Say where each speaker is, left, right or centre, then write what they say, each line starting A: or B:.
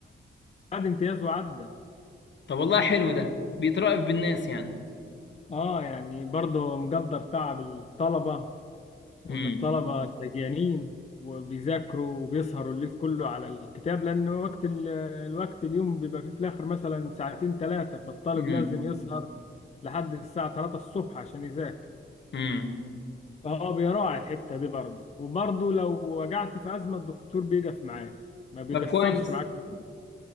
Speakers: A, on the left; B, on the left.
A: قد امتياز وعدى
B: طب والله حلو ده بيترأف بالناس يعني
A: اه يعني برضه هو مقدر تعب الطلبة وإن
B: امم
A: الطلبة سجانين وبيذاكروا وبيسهروا الليل كله على الكتاب لأن وقت ال- آه، الوقت اليوم بيبقى فيه في الآخر مثلا ساعتين ثلاثة فالطالب
B: امم
A: لازم يسهر لحد الساعة 3 الصبح عشان يذاكر
B: امم
A: فهو بيراعي الحتة دي برضه وبرضه لو وجعت في أزمة الدكتور بيقف معاك ما بيقصرش
B: طب كويس
A: معاك في حاجة.